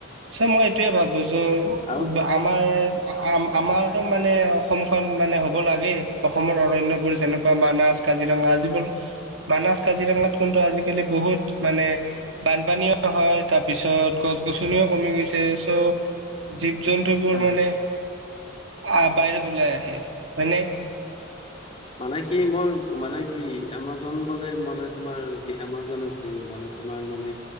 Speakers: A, on the right; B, on the left.
A: চ' মই এইটোয়ে ভাবো য'
B: আৰু
A: আমাৰ আ-আম-আমাৰ টো মানে অসমখন মানে হ'ব লাগে, অসমৰ অৰণ্যবোৰ যেনেকুৱা মানাজ কাজিৰঙা আজিবল, বানাছ কাজিৰঙাত কিন্তু আজিকালি বহুত মানে বানপানীও হয়, তাৰপিছত গছ গছনিও কমি গৈছে চ' যি জন্তুবোৰ
B: হয়
A: মানে আহ বাহিৰত ওলাই আহে, মানে
B: মানে কি মই মানে কি এমাজ বোলে মানে তোমাৰ এমাজন হৈছে মানে তোমাৰ মানে